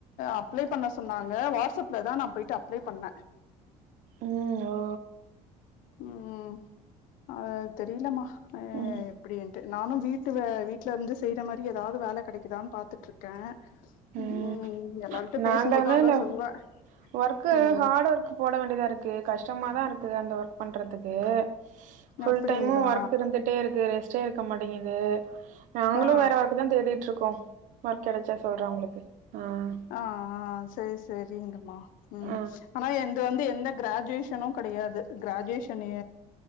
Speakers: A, on the left (about 70°); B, on the right (about 65°).
A: அப்ளை பண்ண சொன்னாங்க வாட்ஸ்அப்ல தான் நான் போயிட்டு அப்ளை பண்ணே
B: உம் ஓ
A: ம் அ தெரியலமா
B: ம்
A: இப்படின்ட்டு நானும் வீட்டு வீட்டுல இருந்து செய்யற மாரி ஏதாவது வேலை கிடைக்குதான்னு பாத்துட்டு இருக்கேன்
B: ம்
A: உம் எல்லாரிட்டு
B: நாங்களுமே
A: பேசும்போது அதா
B: லவ்
A: சொல்லுவே
B: ஒர்க்கு
A: ம்
B: ஹார்டு ஒர்க் போட வேண்டியதா இருக்கு கஷ்டமாதா இருக்கு அந்த ஒர்க் பண்ணறதுக்கு ஃபுல்
A: அப்டிங்களா
B: டைமு ஒர்க் இருந்துட்டே இருக்கு ரெஸ் சேருக்க மாட்டிங்குது நாங்களு
A: ஆ
B: வேற ஒர்க்குதான் தேடிட்டுருக்கோ ஒர்க் கெடச்சா சொல்ற உங்களுக்கு ஆஹ்
A: ஆஹ் ஆஹ் சரி சரிங்கம்மா ம்
B: ஆ
A: ஆனா எந்து வந்து எந்த கிராஜுவேஷனும் கிடயாது கிராஜுவேஷன் நே